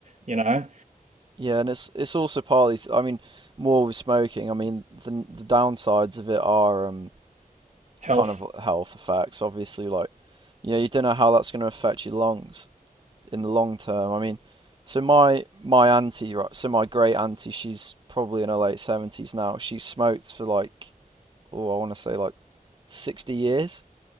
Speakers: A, on the right; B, on the right.
A: you know?
B: yeah, and it's it's also partly, I mean, more with smoking. I mean, the the downsides of it are um
A: Health.
B: kind of health effects, obviously. Like, you know, you don't know how that's going to affect your lungs in the long term. I mean, so my my auntie, right, so my great auntie, she's probably in her late seventies now. She smoked for like, oh, I want to say like sixty years.